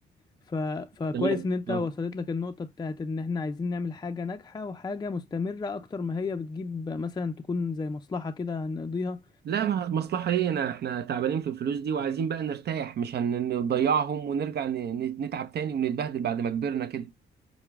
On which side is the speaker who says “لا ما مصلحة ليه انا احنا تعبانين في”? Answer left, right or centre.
Right